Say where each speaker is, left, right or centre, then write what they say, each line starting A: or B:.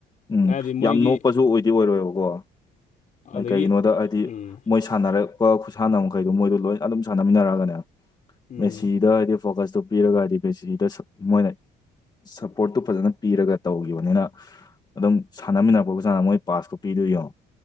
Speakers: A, on the left; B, on the left.
A: ꯎꯝ
B: ꯍꯥꯏꯗꯤ ꯃꯣꯏꯒꯤ
A: ꯌꯥꯝ ꯅꯣꯞꯄꯁꯨ ꯑꯣꯏꯗꯤ ꯑꯣꯏꯔꯣꯏꯕꯀꯣ
B: ꯑꯗꯒꯤ
A: ꯀꯩꯒꯤꯅꯣꯗ ꯍꯥꯏꯗꯤ
B: ꯎꯝ
A: ꯃꯣꯏ ꯁꯥꯟꯅꯔꯛꯄ ꯈꯨꯠꯁꯥꯟꯅ ꯃꯈꯩꯗꯣ ꯃꯣꯏꯗꯣ ꯂꯣꯏ ꯑꯗꯨꯝ ꯁꯥꯟꯅꯃꯤꯟꯅꯔꯛꯑꯒꯅꯦ
B: ꯎꯝ
A: ꯃꯦꯁꯤꯗꯥꯗꯤ ꯐꯣꯀꯁ ꯇ ꯄꯤꯔꯒ ꯍꯥꯏꯗꯤ ꯕꯦꯁꯤꯗ ꯃꯣꯏꯅ ꯁꯞꯄꯣꯔꯠꯇꯨ ꯐꯖꯅ ꯄꯤꯔꯒ ꯇꯧꯈꯤꯕꯅꯤꯅ ꯑꯗꯨꯝ ꯁꯥꯟꯅꯃꯤꯟꯅꯛꯄꯕꯨꯖꯥꯅ ꯃꯣꯏ ꯄꯥꯁꯀ ꯄꯤꯗꯣꯏꯌꯣ